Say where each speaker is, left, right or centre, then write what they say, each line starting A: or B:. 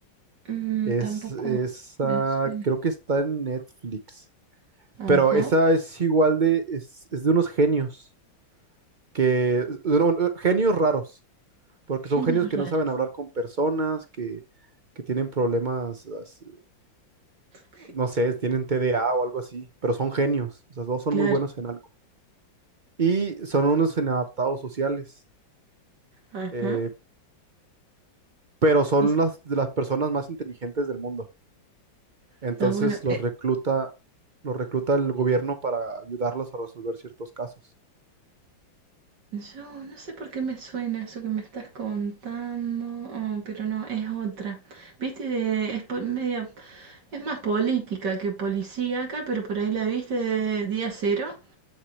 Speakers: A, on the right; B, on the right.
A: mm,
B: Es,
A: tampoco
B: esa,
A: me suena.
B: creo que está en Netflix.
A: Ajá.
B: Pero esa es igual de, es, es de unos genios, que, bueno, bueno, genios raros, porque
A: Genios
B: son genios que
A: raro,
B: no saben hablar con personas, que, que tienen problemas, as-
A: ge-
B: no sé, tienen TDA o algo así, pero son genios, o sea, todos son
A: claro.
B: muy buenos en algo. Y son unos inadaptados sociales.
A: Ajá.
B: eh, pero son
A: Es-
B: las, de las personas más inteligentes del mundo. Entonces
A: Está bueno.
B: los recluta, los recluta el gobierno para ayudarlos a resolver ciertos casos.
A: Yo no sé por qué me suena eso que me estás contando, oh, pero no, es otra. Viste, de- es po- media, es más política que policíaca, pero por ahí la viste de Día Cero.